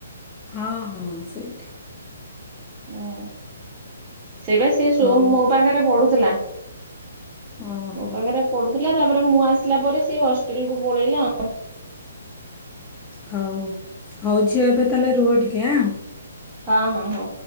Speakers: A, on the left (about 15°); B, on the right (about 20°).
A: ହଁ ହଁ ସେଇଠି।
B: ହୁଁ ସେବେ ସେ ସୋମ
A: ହଉ
B: ମୋ ପାଖରେ ପଢୁଥିଲା।
A: ଓହୋ
B: ମୋ ପାଖରେ ପଢୁଥିଲା ତାପରେ ମୁଁ ଆସିଲା ପରେ ସେ ହଷ୍ଟେଲ କୁ ପଳେଇଲା।
A: ହଉ ହଉଛିି ଏବେ ତାହେଲେ ରୁହ ଟିକେ ଆ।
B: ହଁ ହଁ ହଁ।